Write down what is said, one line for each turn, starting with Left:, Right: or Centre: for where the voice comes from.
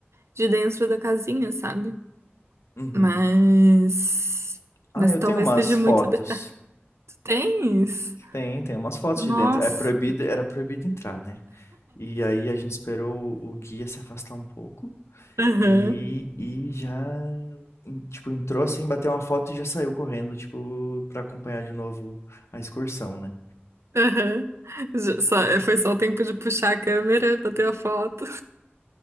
Right: de dentro da casinha, sabe?
Left: Uhum.
Right: Mas.
Left: Ah,
Right: Mas
Left: eu
Right: talvez
Left: tenho umas
Right: seja
Left: fotos.
Right: muito detalhe. Tu tens?
Left: Tem, tem umas fotos
Right: Nossa.
Left: de dentro. É proibido, era proibido entrar, né? E aí a gente esperou o guia se afastar um pouco.
Right: Aham.
Left: E, e já, em- tipo, entrou assim, bateu uma foto e já saiu correndo, tipo, pra acompanhar de novo a excursão, né?
Right: Aham. Já- só- é, Foi só o tempo de puxar a câmera pra ter a foto.